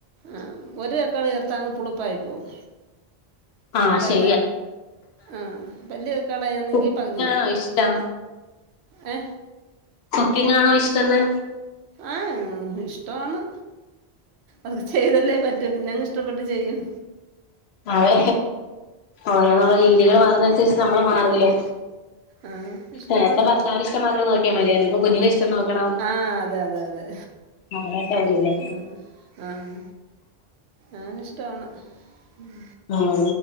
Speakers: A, on the right (about 85°); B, on the left (about 80°).
A: ആഹാ ഒരു തക്കാളി ചേർത്താ അങ്ങ് പുളിപ്പായിപോകും
B: ആഹ് ശരി
A: തെ ആഹാ വല്യ തക്കാള ആണെങ്കിൽ
B: കുക്കിംഗ്
A: പകുതി ചേർക്കും
B: ആണോ ഇഷ്ടം
A: ഏ
B: കുക്കിംങ്ങാണോ ഇഷ്ടന്ന്
A: ആഹാ ഇഷ്ടാന്ന് അത് ചെയ്തല്ലേ പറ്റു പിന്നങ്ങ് ഇഷ്ടപ്പെട്ട് ചെയ്യും
B: അതെ ഒരോ രീതികള് മാറ്ന്നേ അന്സരിച്ച് ഞമ്മളും മാറൂല്ലേ
A: ആ ഇഷ്ടമാണ്
B: നേരത്തെ ഭർത്താവിന്റെ ഇഷ്ടം മാത്രം നോക്കിയാ മതിയാര്ന്നു, ഇപ്പൊ കുഞ്ഞിന്റെ ഇഷ്ടം നോക്കണം
A: ആഹ് അതെ അതെ അതെ
B: അങ്ങനെയൊക്കെ വരൂലേ
A: ഉം ആഹ് ആന്ന് ഇഷ്ട്ടാണ് ഉം
B: ആഹ്